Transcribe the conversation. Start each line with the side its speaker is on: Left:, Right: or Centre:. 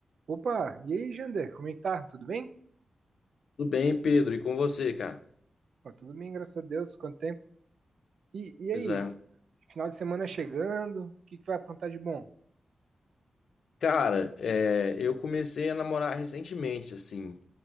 Right: Opa, e aí, Jander? Como é que tá? Tudo bem?
Left: Tudo bem, Pedro? E com você, cara?
Right: Ó, tudo bem, graças a Deus. Quanto tempo? E, e aí,
Left: Pois é.
Right: final de semana chegando, o que que vai aprontar de bom?
Left: Cara, é, eu comecei a namorar recentemente, assim.